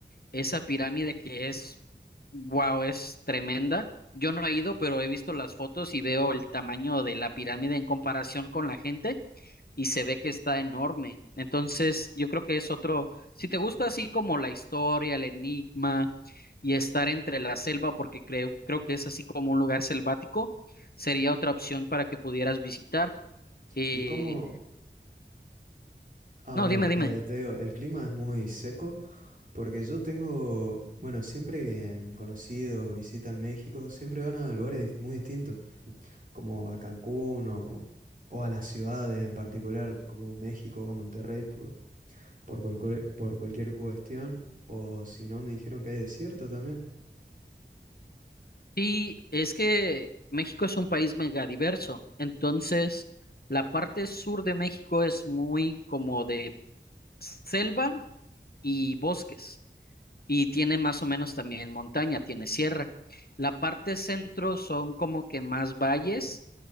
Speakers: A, on the left (about 55°); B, on the right (about 45°).
A: Esa pirámide que es, wow, es tremenda. Yo no he ido, pero he visto las fotos y veo el tamaño de la pirámide en comparación con la gente y se ve que está enorme. Entonces, yo creo que es otro, si te gusta así como la historia, el enigma y estar entre la selva, porque creo, creo que es así como un lugar selvático, sería otra opción para que pudieras visitar. Eh,
B: ¿Y cómo? Ah,
A: no,
B: bueno,
A: dime, dime.
B: eh, te digo, el clima es muy seco porque yo tengo, bueno, siempre que conocidos visitan México, siempre van a lugares dist- muy distintos, como a Cancún o, o a las ciudades en particular, como México o Monterrey, por, por, cualcue- por cualquier cuestión. O si no, me dijeron que hay desierto también.
A: Sí, es que México es un país megadiverso, entonces la parte sur de México es muy como de selva y bosques, y tiene más o menos también montaña, tiene sierra. La parte centro son como que más valles